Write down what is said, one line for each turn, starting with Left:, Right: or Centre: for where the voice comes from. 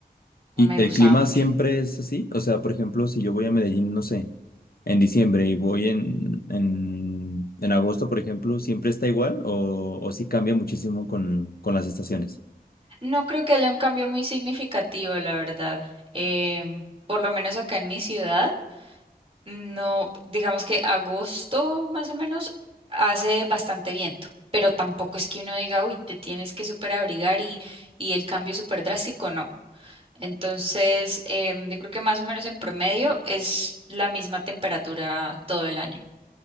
Right: Me
Left: ¿Y
Right: gustaba
Left: el clima
Right: mucho.
Left: siempre es así? O sea, por ejemplo, si yo voy a Medellín, no sé, en diciembre y voy en, en, en agosto, por ejemplo, ¿siempre está igual o, o sí cambia muchísimo con, con las estaciones?
Right: No creo que haya un cambio muy significativo, la verdad. Em, por lo menos acá en mi ciudad. No, digamos que agosto más o menos hace bastante viento, pero tampoco es que uno diga, uy, te tienes que súper abrigar y, y el cambio es súper drástico, no. Entonces, em, yo creo que más o menos en promedio es la misma temperatura todo el año.